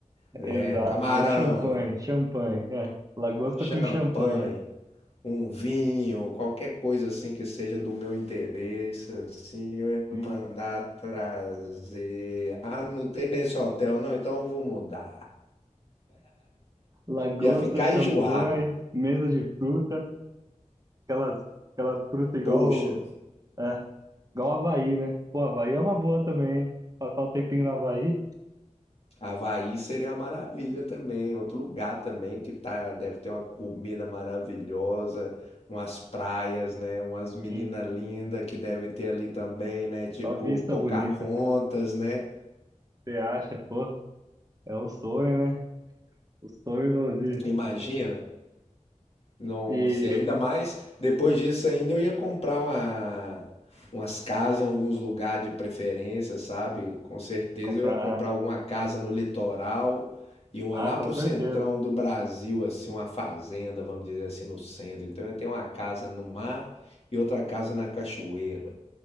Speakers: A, on the left (about 55°); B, on the right (about 30°).
A: né?
B: Exato,
A: Camarão,
B: meu champanhe, champanhe, é. Lagosta
A: champanhe,
B: com champanhe,
A: um vinho, qualquer coisa assim que seja do meu interesse, assim, eu ia
B: sim.
A: mandar trazer. Ah, não tem nesse hotel, não, então eu vou mudar.
B: Lagosta,
A: Ia ficar
B: champanhe,
A: enjoado.
B: mesa de fruta, aquelas, aquelas frutas igual,
A: Poxa,
B: é, igual Havaí, né? Pô, Havaí é uma boa também, hein? Passar um tempinho no Havaí,
A: Havaí seria uma maravilha também, outro lugar também que tá, deve ter uma comida maravilhosa, umas praias, né? Umas meninas
B: sim.
A: lindas que deve ter ali também, né? Tipo
B: Só vista
A: Pocahontas,
B: bonita,
A: né?
B: você acha, pô, é um sonho, né? O sonho do- de,
A: Imagina.
B: de,
A: Nossa,
B: e
A: e ainda
B: <laughs>
A: mais, depois disso ainda eu ia comprar uma, umas casas em alguns lugares de preferência, sabe? Com certeza
B: comprar,
A: eu ia comprar alguma casa no litoral e uma
B: ah,
A: lá
B: ah, com
A: pro
B: certeza.
A: centrão do Brasil, assim, uma fazenda, vamos dizer assim, no centro. Então eu ia ter uma casa no mar e outra casa na cachoeira.